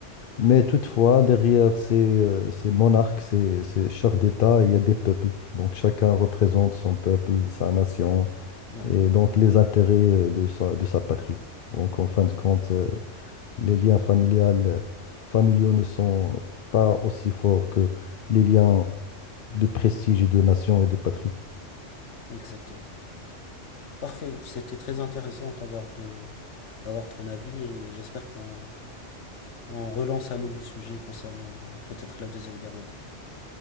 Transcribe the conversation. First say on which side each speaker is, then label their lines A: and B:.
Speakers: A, on the left (about 55°); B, on the left (about 70°).
A: Mais toutefois, derrière ces, euh, ces monarques, ces, ces chefs d'État, il y a des peuples. Donc chacun représente son peuple, sa nation.
B: Ouais,
A: et donc les intérêts euh, de sa, de sa patrie. Donc en fin de compte, euh, les liens familiales, familiaux ne sont pas aussi forts que les liens de prestige et de nation et de patrie.
B: exactement. Parfait. C'était très intéressant d'avoir de, d'avoir ton avis et j'espère qu'on On relance un nouveau sujet concernant peut-être la Deuxième Guerre mondiale.